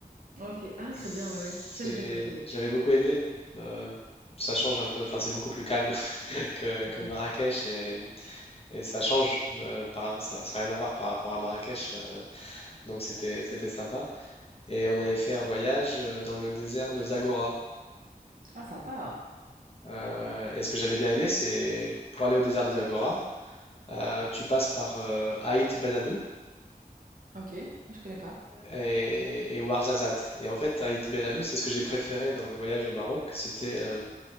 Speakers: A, on the right; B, on the left.
A: Ok. Ah,
B: C'est,
A: très bien. Oui, oui. Ça, j'ai déjà fait aussi.
B: j'avais beaucoup aimé. euh, ça change un peu, enfin, c'est beaucoup plus calme <laughs> que,
A: ouais.
B: que Marrakech et, et ça change, euh, par- ça, ça n'a rien à voir par rapport à Marrakech, euh, donc c'était, c'était sympa. Et on avait fait un voyage euh, dans le désert de Zagora.
A: Ah, sympa.
B: Euh, et ce que j'avais bien aimé, c'est pour aller au désert de Zagora. Euh, tu passes par euh, Aït Ben Haddou
A: Ok, moi je connais pas.
B: et, et Ouarzazate. Et en fait, Aït Ben Haddou, c'est ce que j'ai préféré dans le voyage au Maroc. C'était, euh,